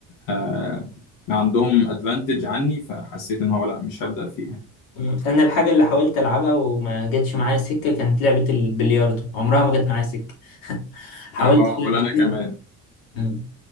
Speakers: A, on the left; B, on the left.
A: آه، عندهم ادفانتج عني فحسيت ان هو لا مش هبدأ فيها يعني.
B: مم. انا الحاجه اللي حاولت العبها وما جاتش معايا سكه كانت لعبه البلياردو عمرها ما جت معايا سكه <laughs> حاولت
A: اه
B: فيها
A: ولا
B: كتير
A: انا كمان
B: مم.